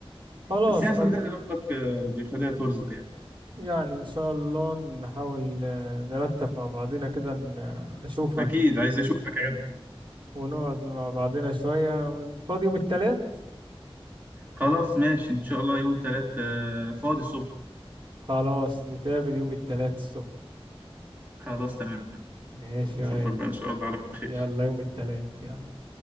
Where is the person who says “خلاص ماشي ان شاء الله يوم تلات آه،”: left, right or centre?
Right